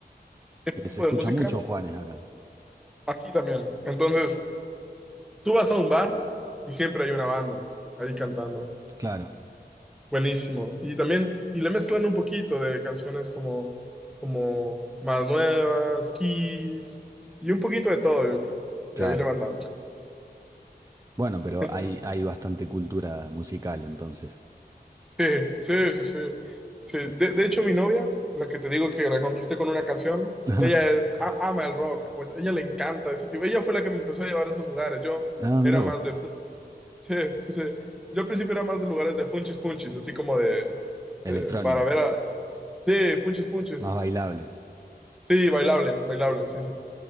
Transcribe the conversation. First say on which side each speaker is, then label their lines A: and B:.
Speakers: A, in the centre; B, on the right.
A: este
B: Eh,
A: tipo
B: Se escucha
A: de música,
B: mucho Juanes acá.
A: aquí también. Entonces, tú vas a un bar y siempre hay una banda ahí cantando.
B: Claro,
A: Buenísimo. Y también, y le mezclan un poquito de canciones como, como más nuevas, Kiss, y un poquito de todo, yo creo. Y
B: claro.
A: ahí le van dando.
B: Bueno, pero
A: <laughs>
B: hay, hay bastante cultura musical entonces.
A: Sí, sí, sí, sí. Sí,
B: Y-
A: De, de hecho, mi novia, la que te digo que la conquisté con una canción,
B: <laughs> Ajá.
A: ella es, a- ama el rock, o- ella le encanta ese tipo. Ella fue la que me empezó a llevar a esos lugares. Yo
B: Ah,
A: era
B: mirá vos.
A: más de... pu- Sí, sí, sí. Yo al principio era más de lugares de punchis punchis, así como de...
B: Electrónica,
A: de- para ver a... Sí, punchis punchis.
B: más bailable.
A: Sí, bailable, bailable, sí, sí.